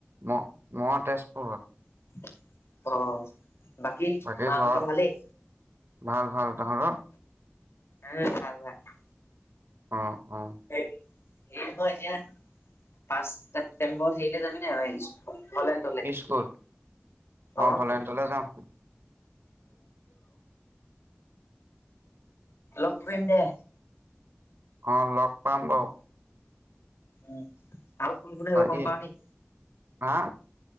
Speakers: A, on the right; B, on the left.
A: ম মই তেজপুৰত।
B: অ,।
A: বাকী
B: মাহঁতৰ
A: ঘৰৰ,
B: ভালেই?
A: ভাল ভাল তহঁতৰ?
B: <inaudible>
A: অঁ অঁ।
B: হেৰি নহয় এতিয়া, পাঁচ ছেপ্তেম্বৰত হেৰিলে যাবি নাই, ব আহিছো। অলে তলে
A: স্কুল? অ
B: অঁ
A: ভলেণ্টলে
B: <inaudible>
A: যাম।
B: লগ কৰিম দে।
A: অঁ লগ পাম বাৰু।
B: উম, আৰু কোন কোন আহিব
A: বাকী
B: গম পাৱনি।
A: হা।